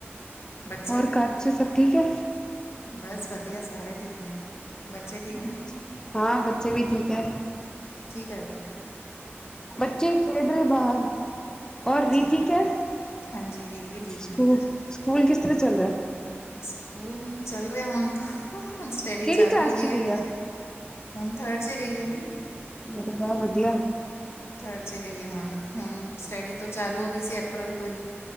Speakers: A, on the left; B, on the left.
A: ਬੱਚੇ
B: ਹੋਰ ਘਰ ਚ ਸਭ ਠੀਕ ਹੈ
A: ਬਸ ਵਧੀਆ, ਸਾਰੇ ਠੀਕ ਨੇ। ਬੱਚੇ ਠੀਕ ਨੇ
B: ਅੱਛਾ। ਹਾਂ, ਬੱਚੇ ਵੀ ਠੀਕ ਹੈ।
A: ਕੀ ਕਰਦੇ
B: ਬੱਚੇ ਖੇਡ ਰਹੇ ਬਾਹਰ। ਔਰ
A: ਅੱਛਾ,
B: ਰੀ ਠੀਕ ਹੈ
A: ਹਾਂਜੀ। ਰੀਤ ਵੀ ਠੀਕ
B: ਸਕੂਲ
A: ਨੇ।
B: ਸਕੂਲ ਕਿਸ ਤਰ੍ਹਾਂ ਚੱਲ ਰਿਹਾ?
A: ਸਕੂਲ ਚੱਲ ਰਹੇ, ਹੁਣ, ਤਾਂ ਹੁਣ ਸਟੱਡੀ
B: ਕਿਹੜੀ
A: ਚਾਲੂ
B: ਕਲਾਸ
A: ਹੋ ਗਈ
B: ਚ
A: ਐ।
B: ਆ
A: ਹੁਣ ਥਰਡ ਚ ਗਈ ਹੈ ਨਾ।
B: ਹੋ ਬ ਵਧੀਆ।
A: ਥਰਡ ਚ' ਗਈ ਆ ਹੁਣ ਹੁਣ ਸਟੱਡੀ ਤੋਂ ਚਾਲੂ ਹੋ ਗਈ ਸੀ ਅਪ੍ਰੈਲ ਤੋਂ ਹੀ।